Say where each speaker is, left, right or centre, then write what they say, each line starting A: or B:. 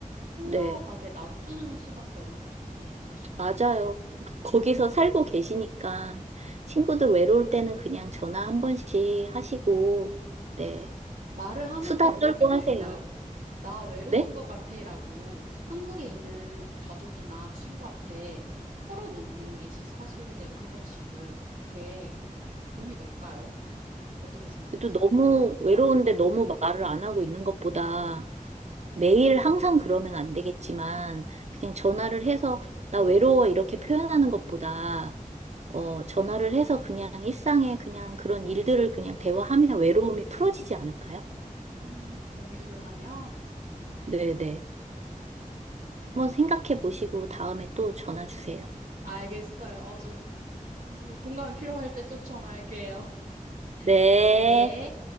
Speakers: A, on the right (about 85°); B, on the right (about 50°).
A: 흘러가게
B: 네,
A: 놔두는 수밖에 없는 것 같긴 해요, 사실.
B: 맞아요. 거기서 살고 계시니까, 친구들 외로울 때는 그냥 전화 한 번씩 하시고, 네,
A: 말을 하는
B: 수다
A: 게 도움이
B: 떨고
A: 될까요?
B: 하세요.
A: 나 외로운
B: 네?
A: 것 같아라고 한국에 있는 가족이나 친구한테 털어놓는 게 시- 사실대로 한 번씩은 그게 도움이 될까요? 어떻게 생각하세요?
B: 또 너무 외로운데 너무 말을 안 하고 있는 것보다 매일 항상 그러면 안 되겠지만, 그냥 전화를 해서, 나 외로워 이렇게 표현하는 것보다,
A: 음.
B: 어, 전화를 해서 그냥 일상에 그냥 그런 일들을 그냥 대화하면 외로움이 풀어지지 않을까요?
A: 음, 공유를 하면,
B: 네네.
A: 아,
B: 한번
A: 무슨,
B: 생각해 보시고 다음에 또 전화 주세요.
A: 알겠어요. 아주, 음, 공감이 필요할 때 또 전화할게요. <laughs>
B: 네.
A: 네.